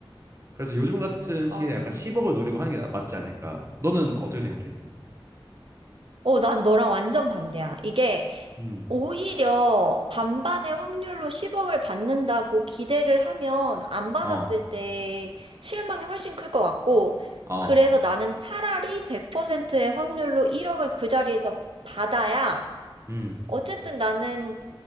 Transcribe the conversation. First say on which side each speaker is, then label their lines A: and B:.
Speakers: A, on the right (about 30°); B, on the right (about 75°).
A: 그래서 요즘 같은 시기에
B: 어,
A: 약간 10억을 노리고 하는 게 나- 맞지 않을까. 너는 어떻게 생각해?
B: 오, 난 너랑 완전 반대야. 이게
A: 음.
B: 오히려 반반의 확률로 10억을 받는다고 기대를 하면 안 받았을
A: 어.
B: 때 실망이 훨씬 클 것 같고,
A: 어.
B: 그래서 나는 차라리 100%의 확률로 1억을 그 자리에서 받아야,
A: 음.
B: 어쨌든 나는